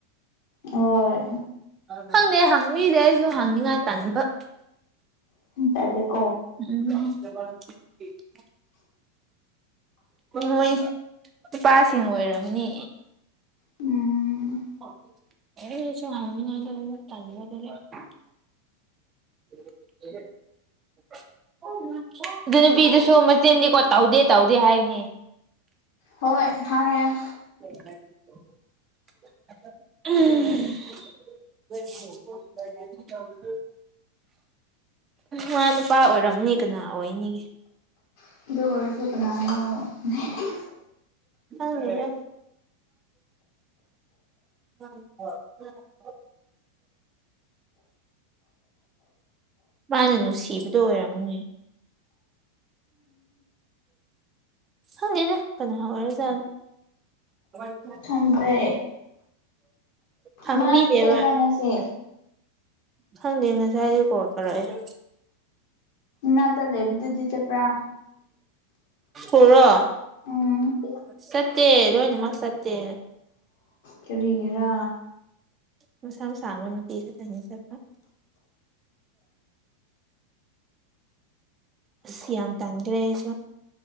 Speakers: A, on the left; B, on the right.
A: ꯍꯣꯏ
B: <unintelligible>
A: <unintelligible>
B: <unintelligible> ꯃꯣꯏ ꯅꯨꯄꯥꯁꯤꯡ ꯑꯣꯏꯔꯝꯅꯤ
A: ꯎꯝ
B: <unintelligible> <inaudible> ꯑꯗꯨ ꯅꯨꯄꯤꯗꯨꯁꯨ ꯃꯆꯦꯟꯗꯤꯀꯣ ꯇꯧꯗꯦ ꯇꯧꯗꯦ ꯍꯥꯏꯅꯤ
A: ꯍꯣꯏ ꯍꯥꯏ
B: ꯍ ꯎꯝ ꯃꯥ ꯅꯨꯄꯥ ꯑꯣꯏꯔꯝꯅꯤ ꯀꯅꯥ ꯑꯣꯏꯅꯤꯒꯦ
A: ꯗꯔꯁꯨꯅ
B: ꯍꯗ ꯎ ꯍ ꯃꯥꯅ ꯅꯨꯡꯁꯤꯕꯗꯣ ꯑꯣꯏꯔꯝꯃꯅꯤ ꯐꯅ ꯀꯅꯥꯍꯕꯔ ꯆ
A: ꯈꯪꯗ꯭ꯔꯦ
B: ꯍꯪꯕꯤꯗꯦꯕ
A: ꯃꯥꯗꯤ ꯆꯦꯟ ꯄꯉꯁꯦ
B: ꯈꯪꯗꯦ ꯉꯁꯥꯏꯁ ꯀꯣꯜ ꯇꯧꯔꯛꯑꯦ
A: ꯅ ꯇ ꯂꯩꯕꯨꯗꯨꯗꯤ ꯆ ꯄꯨ꯭ꯔꯥ
B: ꯄꯨꯔ
A: ꯎꯝ
B: ꯁꯠꯇꯦ ꯂꯅ ꯃꯥ ꯁꯠꯇꯦ
A: ꯀꯔꯤꯒꯤꯔꯥ
B: ꯃ ꯁ ꯑꯃ ꯁꯃꯟ ꯄꯤꯤꯁꯗꯁ ꯑꯁ ꯌꯥꯝ ꯇꯟꯈ꯭ꯔꯦ ꯑꯩꯁꯨ